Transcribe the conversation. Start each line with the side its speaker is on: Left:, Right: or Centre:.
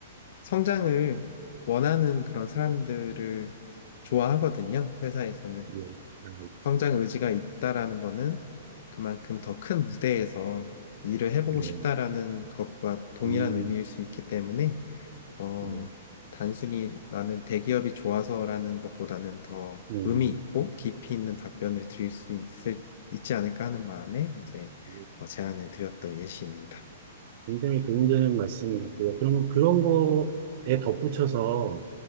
Left: 성장을 원하는 그런 사람들을 좋아하거든요. 회사에서는.
Right: 예, 아,
Left: 성장 의지가 있다라는 거는 그만큼 더 큰 무대에서 일을 해보고
Right: 예, 예,
Left: 싶다라는 것과 동일한
Right: 음,
Left: 의미일 수 있기 때문에, 어,
Right: 예,
Left: 단순히 나는 대기업이 좋아서라는 것보다는 더
Right: 음,
Left: 의미 있고 깊이 있는 답변을 드릴 수 있을, 있지 않을까 하는 마음에 이제
Right: 예.
Left: 어, 제안을 드렸던 예시입니다.
Right: 굉장히 도움되는 말씀 같고요. 그러면 그런 거에 덧붙여서